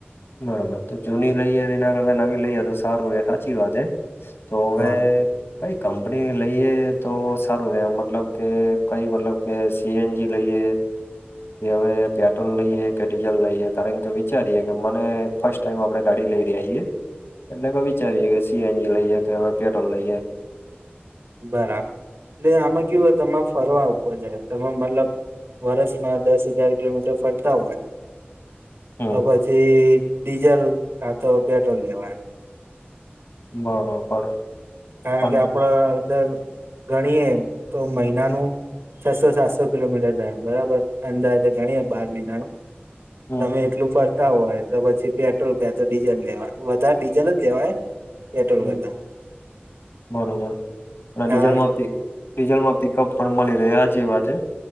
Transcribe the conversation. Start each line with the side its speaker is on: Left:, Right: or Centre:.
Left: બરોબર તો જૂની લઈએ એના કરતા નવી લઈએ તો સારું એ હાચી વાત હે? તો હવે
Right: હા
Left: કઈ કંપનીની લઈએ તો સારું રે મતલબ કે કઈ મતલબ કે સીએનજી લઈએ કે હવે પેટ્રોલ લઈએ કે ડીઝલ લઈએ કારણ કે વિચારીએ કે મને ફસ્ટ ટાઈમ આપડે ગાડી લઈ રહ્યા છીએ. એ તો વિચારીએ કે સીએનજી લઈએ કે હવે પેટ્રોલ લઈએ
Right: બરાબર એટલે આમાં કેવું હોય તમારે ફરવા ઉપર છે તમે મતલબ વરષમાં દસ હજાર કિલોમીટર ફરતા હોય
Left: હમ.
Right: તો પ છી ડીઝલ કા તો પેટ્રોલ લેવાય.
Left: બરોબર.
Right: કારણ
Left: પણ
Right: કે આપડ દર ગણીએ તો મહિનાનું છસો સાતસો કિલોમીટર થાય બરાબર અંદાજે ઘણીએ બાર મહિનાનું
Left: હમ.
Right: તમે એટલું ફર તા હોય તો પછી પેટ્રોલ કા તો ડીઝલ લેવાય વધારે ડીઝલ જ લેવાય પેટ્રોલ
Left: હમ
Right: કરતા.
Left: બરોબર અને
Right: હા
Left: ડીઝલમાં પી ડીઝલમાં પીકપ પણ મળી રહે હે હાચી વાત હે.